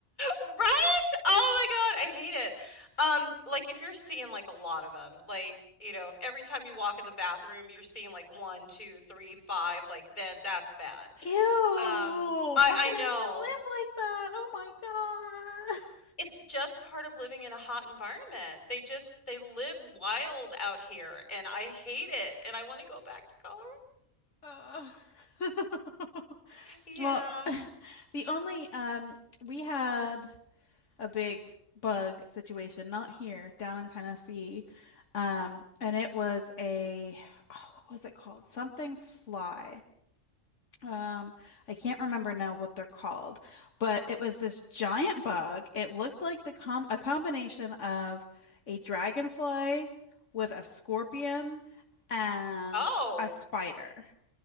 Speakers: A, on the left; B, on the left.
A: Right? Oh my God, I hate it. Um, like if you're seeing like a lot of them, like, you know, if every time you walk in the bathroom you're seeing like one, two, three, five, like then that's bad.
B: Ew.
A: Um,
B: How
A: I I
B: could
A: know.
B: anyone live like that? Oh my God. <laughs>
A: It's just part of living in a hot environment. They just they live wild out here and I hate it and I want to go back to Colorado.
B: Ugh. <laughs>
A: Yeah.
B: Well, The only um we had a big bug situation, not here, down in Tennessee. Um, and it was a oh, what was it called? Something fly. Um, I can't remember now what they're called, but it was this giant bug. It looked like the com a combination of a dragonfly with a scorpion and
A: Oh.
B: a spider.